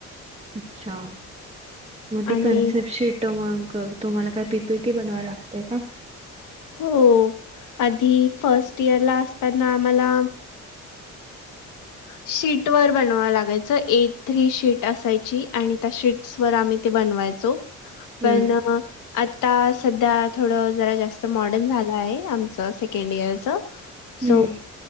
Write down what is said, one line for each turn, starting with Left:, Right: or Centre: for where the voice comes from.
Right: अच्छा! म ते
Left: आणि
Right: कनसेप्ट शिट त मग तुम्हाला काय पी, पी, टी बनवाव लागते का?
Left: हो आधी फर्स्ट इयर ला असताना आम्हाला, शीट वर बनवाव लागायचं ए थ्री शीट असायची आणि त्या शीट्स वर आम्ही ते बनवायचो.
Right: हम्म,
Left: पण आता सध्या थोडं जरा जास्त मॉडर्न झालं आहे आमचं सेकंड इयरचं,
Right: हम्म.
Left: सो,